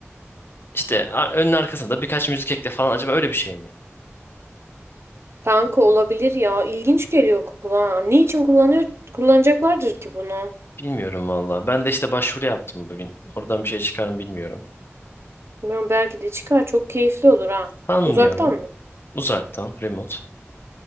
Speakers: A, on the left; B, on the right.
A: İşte ar- önün arkasında birkaç müzik ekle falan. Acaba öyle bir şey mi?
B: Kanka olabilir ya. İlginç geliyor kulağa. Ne için kullanıyor, kullanacaklardır ki bunu?
A: Bilmiyorum valla. Ben de işte başvuru yaptım bugün. Oradan bir şey çıkar mı bilmiyorum.
B: Ben belki de çıkar. Çok keyifli olur ha.
A: Sanmıyorum.
B: Uzaktan mı?
A: Uzaktan, remote.